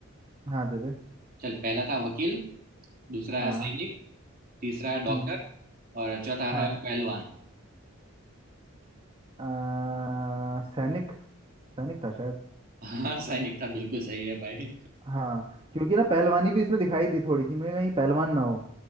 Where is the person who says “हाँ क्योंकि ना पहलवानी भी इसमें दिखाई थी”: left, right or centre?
Right